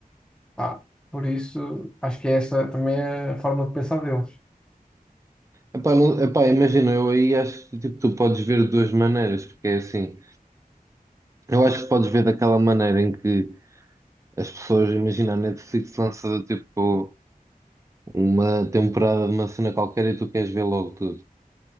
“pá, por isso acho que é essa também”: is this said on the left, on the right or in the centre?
Centre